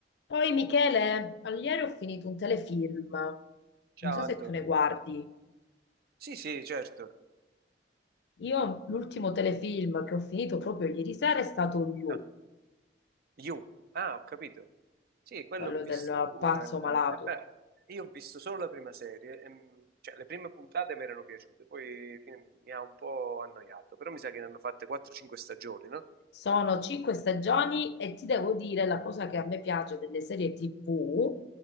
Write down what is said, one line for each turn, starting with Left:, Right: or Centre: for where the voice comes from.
Left: Poi Michele, ieri ho finito un telefilm,
Right: Ciao
Left: non so
Right: Anto.
Left: se tu ne guardi.
Right: Sì, sì, certo.
Left: Io l'ultimo telefilm che ho finito proprio ieri sera è stato You,
Right: Ah, You. Ah, ho capito. Sì, quello
Left: quello
Right: ho visto.
Left: del
Right: You,
Left: pazzo
Right: eh,
Left: malato.
Right: eh, beh, io ho visto solo la prima serie, ehm, cioè le prime puntate mi erano piaciute, poi fin- mi ha un po' annoiato, però mi sa che ne hanno fatte 4-5 stagioni, no?
Left: Sono cinque stagioni e ti devo dire la cosa che a me piace delle serie TV